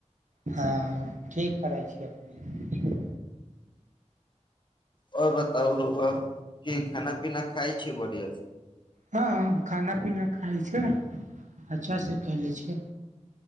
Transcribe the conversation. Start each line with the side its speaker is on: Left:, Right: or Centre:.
Right: हाँ ठीक करै छीये अपने।
Left: और बताउ रौआ की खाना पीना खाय छियै बढ़िया से।
Right: हम खाना पीना खाय छै। अच्छा से कायल जाय छै।